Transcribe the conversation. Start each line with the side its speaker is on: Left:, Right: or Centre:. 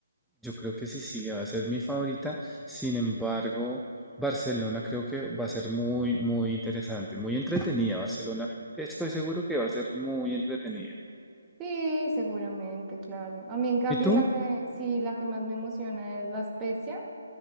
Centre: Yo creo que Sicilia va a ser mi favorita. Sin embargo, Barcelona creo que va a ser muy, muy interesante, muy entretenida. Barcelona, estoy seguro que va a ser muy entretenida.
Right: Sí, seguramente, claro. A mí, en cambio,
Centre: ¿Y tú?
Right: la que sí, la que más me emociona es La Spezia,